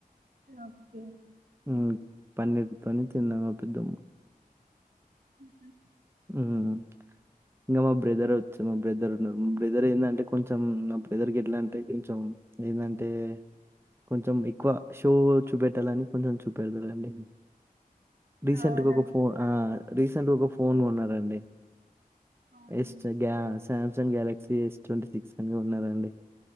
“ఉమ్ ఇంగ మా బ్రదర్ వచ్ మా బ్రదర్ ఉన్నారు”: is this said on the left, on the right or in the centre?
Right